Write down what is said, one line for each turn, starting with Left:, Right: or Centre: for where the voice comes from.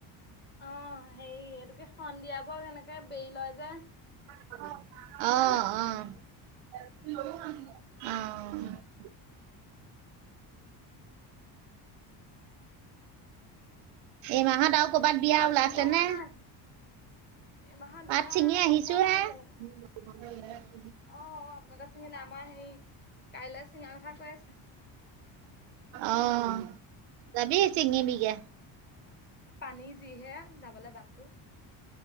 Left: অ', হেৰি এইটো কি, সন্ধিয়াবৰ সেনেকে বেৰি লয় যে।
Right: অ', অ'। অহ। এই মাহত আৰু কৰ'বাত বিয়া
Left: পাত
Right: ওলাইছে
Left: ছিঙিব হোৱা
Right: নে?
Left: নাই এই মাহত
Right: পাত
Left: বিয়া
Right: ছিঙি আহিছো
Left: গম পোৱা নাই
Right: হে
Left: এতিয়ালৈকে।
Right: <unintelligible>
Left: অ', অ', আপোনালোকে চিঙিলে, আমাৰ হেৰি কাইলে চিঙাৰ কথা কৈ আছে।
Right: অ', যাবি। চিঙিবিগে।
Left: পানী যিহে যাবলৈ বাটটো।